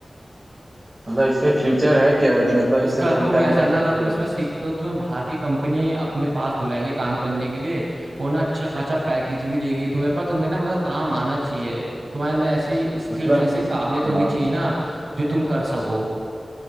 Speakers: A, on the right; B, on the right.
A: मतलब इस पे फ्यूचर है क्या मतलब
B: इसका
A: इसे फुल
B: तुम
A: टाइम
B: ऐसा
A: कर
B: ना
A: सकते
B: अगर तुम
A: हैं
B: इसमें सीखते हो तुम्हें बाहर की कंपनी अपने पास बुलाएगी काम करने के लिए और ना अच्छा खासा पैकेज भी देगी तुम्हें पर तुम्हें ना मतलब काम आना चाहिए तुम्हारे अंदर ऐसी स्किल्स
A: मतलब
B: ऐसी काबिलियत होनी
A: हाँ
B: चाहिए ना जो तुम कर सको